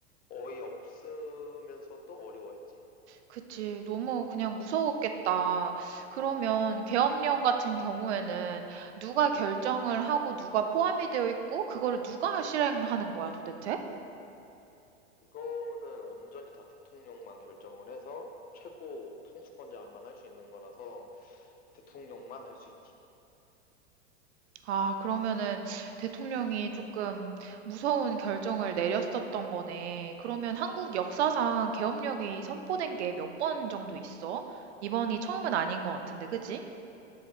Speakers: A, on the left; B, on the right.
A: 어이없으면서도 어려워했지.
B: 그치. 너무 그냥 무서웠겠다. 그러면 계엄령 같은 경우에는 누가 결정을 하고 누가 포함이 되어 있고 그거를 누가 실행하는 거야 도대체?
A: 이거는 온전히 다 대통령만 결정을 해서 최고 통수권자만 할 수 있는 거라서 대통령만 할 수 있지.
B: 아, 그러면은 대통령이 조금 무서운 결정을 내렸었던 거네. 그러면 한국 역사상 계엄령이 선포된 게 몇 번 정도 있어? 이번이 처음은 아닌 것 같은데, 그지?